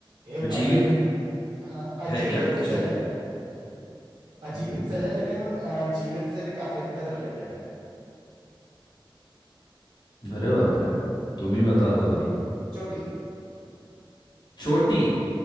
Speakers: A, on the right; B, on the left.
A: एक फाइनल
B: जीवित
A: हिंट हाँ अजीवित
B: है क्या पूछे
A: सेल है अजीवित
B: हम्म,
A: सेल है लेकिन अ, जीवित से भी काफी हद तक रिलेटेड है
B: अरे बाप रे तुम ही बता दो भाई
A: चोटी
B: छोटी